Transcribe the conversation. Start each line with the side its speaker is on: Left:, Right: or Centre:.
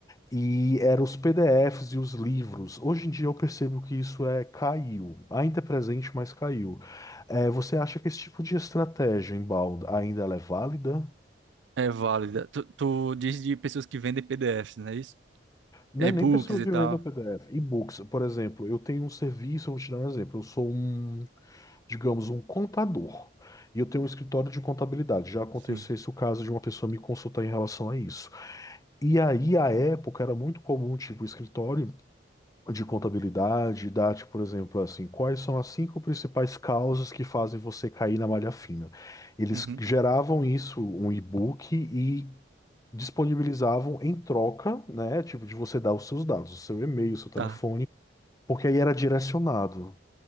Left: e eram os PDFs e os livros. Hoje em dia eu percebo que isso é caiu, ainda é presente, mas caiu. É, você acha que esse tipo de estratégia inbound ainda ela é válida?
Right: É válida. Tu, tu diz de pessoas que vendem PDFs, não é isso?
Left: Não
Right: E-books
Left: é nem pessoa
Right: e
Left: vivendo
Right: tal.
Left: o PDF. E-books, por exemplo, eu tenho um serviço, eu vou te dar um exemplo. Eu sou um, digamos, um contador. E eu tenho um escritório de contabilidade. Já aconteceu
Right: Sim.
Left: esse o caso de uma pessoa me consultar em relação a isso. E aí, à época, era muito comum, tipo, o escritório de contabilidade, DAT, por exemplo, assim, quais são as cinco principais causas que fazem você cair na malha fina? Eles
Right: Uhum.
Left: geravam isso, um e-book, e disponibilizavam em troca, né? Tipo, de você dar os seus dados, o seu e-mail, o seu telefone,
Right: Tá.
Left: porque aí era direcionado.